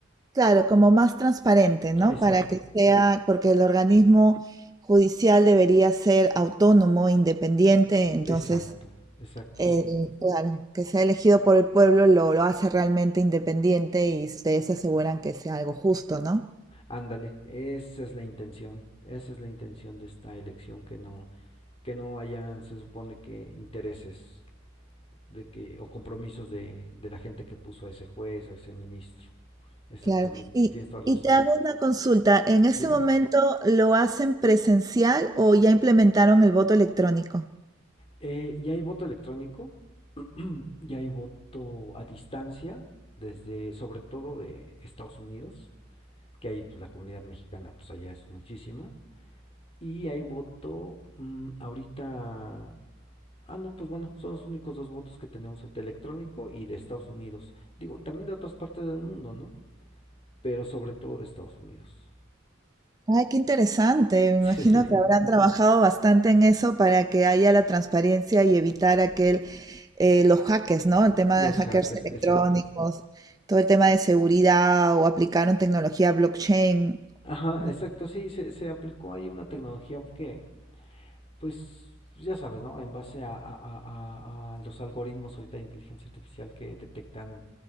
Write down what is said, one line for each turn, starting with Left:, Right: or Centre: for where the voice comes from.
Right: Claro, como más transparente, ¿no?
Left: Exacto,
Right: Para que sea, porque el organismo judicial debería ser autónomo, independiente, entonces,
Left: exacto, exacto,
Right: el-
Left: sí.
Right: claro, que sea elegido por el pueblo lo, lo hace realmente independiente y ustedes aseguran que sea algo justo, ¿no?
Left: Ándale, esa es la intención, esa es la intención de esta elección que no, que no haya, se supone que intereses de que, o compromisos de, de la gente que puso a ese juez, a ese ministro. Exactamente,
Right: Claro. Y,
Left: tienes toda razón.
Right: y te hago una consulta, ¿en este
Left: Dime.
Right: momento lo hacen presencial o ya implementaron el voto electrónico?
Left: Eh, ya hay voto electrónico, <clears throat> ya hay voto a distancia, desde, sobre todo de Estados Unidos, que ahí pues, la comunidad mexicana, pues allá es muchísima. Y hay voto mmm, ahorita Ah, no, pues bueno, son los únicos dos votos que tenemos, el electrónico y de Estados Unidos. Digo, también de otras partes del mundo, ¿no? Pero sobre todo de Estados Unidos.
Right: Ay, qué interesante. Me imagino
Left: <laughs>
Right: que habrán trabajado bastante en eso para que haya la transparencia y evitar aquel, eh, los hackers, ¿no? El tema
Left: los
Right: de hackers
Left: hackers,
Right: electrónicos,
Left: exacto.
Right: todo el tema de seguridad o aplicaron tecnología blockchain.
Left: Ajá,
Right: ¿no?
Left: exacto, sí, se, se aplicó ahí una tecnología que, pues, ya sabes, ¿no? En base a, a- a- a- a los algoritmos ahorita de inteligencia artificial que detectan,